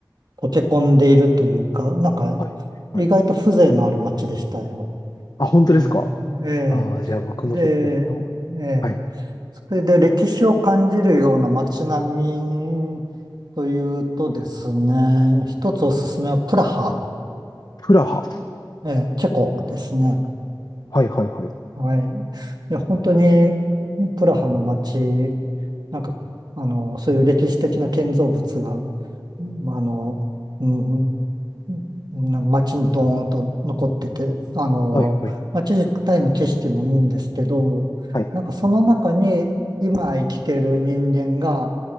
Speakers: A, on the right; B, on the left.
A: 溶け込んでいるというか、なんか、
B: はいはい
A: 意外と風情のある街でしたよ。
B: あ、本当ですか
A: ニューヨークええで、
B: ああー、じゃあ僕もちょっと行った方がいい。
A: ええ
B: はい。
A: それで歴史を感じるような街並みというとですね、一つおすすめはプラハ、
B: プラハ。
A: ええチェコですね。
B: はいはいはい。
A: はい。いや、本当にプラハの街なんか、あの、そういう歴史的な建造物が、うんあの、うん、うん街にドーンと残ってて、あの、
B: はいはい。
A: 街自体の景色もいいんですけど、
B: はい
A: なんかその中に今生きてる人間が、